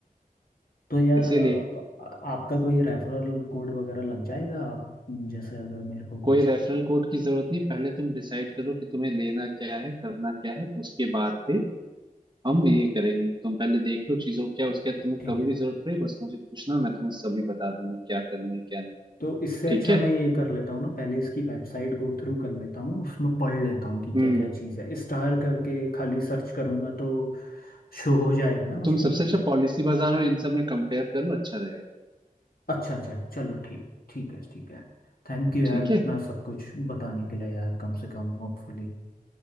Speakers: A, on the left (about 85°); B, on the right (about 30°).
A: तो यार
B: इसीलिए
A: अ, अ, आपका कोई रेफरल कोड वगैरह लग जाएगा आप जैसे अगर मेरे को
B: कोई
A: कुछ
B: रेफरल कोड की जरूरत नहीं पहले तुम डिसाइड करो कि तुम्हें लेना क्या है करना क्या है उसके बाद पे हम ये करेंगे तुम पहले देख लो चीजों को क्या उसके बाद तुम्हें
A: ठीक
B: कभी
A: है
B: भी जरूरत पड़े बस मुझे पूछना मैं तुम्हें सभी बता दूंगा क्या करना है क्या नहीं
A: तो इससे अच्छा
B: ठीक है
A: मैं ये कर लेता हूँ ना पहले इसकी वेबसाइट गो थ्रू कर लेता हूँ उसमें पढ़ लेता हूँ कि
B: हम्म
A: क्या क्या चीज़ है स्टार करके खाली सर्च करूँगा तो शो हो जाएगा ना मुझे
B: तुम सबसे अच्छा पॉलिसी बाजार और इन सब में कंपेयर कर लो अच्छा रहेगा
A: अच्छा अच्छा चलो ठीक ठीक है ठीक है थैंक यू यार
B: ठीक
A: इतना
B: है
A: सब कुछ बताने के लिए यार कम से कम होपफुली